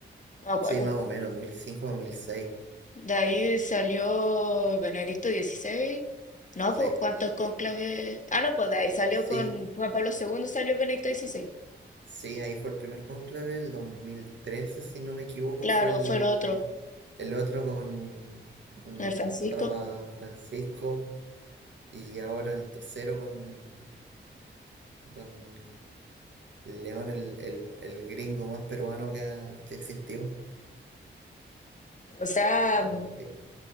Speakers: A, on the left (about 40°); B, on the right (about 60°).
A: No me acuerdo.
B: Sí, más o menos, 2005, 2006.
A: De ahí salió Benedicto dieciséis. No,
B: Sí,
A: pues, ¿cuántos cónclaves? Ah, no, pues de ahí salió
B: sí,
A: con Juan Pablo segundo, salió Benedicto dieciséis.
B: sí, ahí fue el primer cónclave. El 2013, si no me equivoco,
A: Claro,
B: fue el,
A: fue el otro,
B: el otro con, con
A: el
B: el
A: Francisco.
B: Papa Francisco. Y ahora el tercero con Don León, el, el, el gringo más peruano que, ha- que existió.
A: O sea,
B: Eh, sí,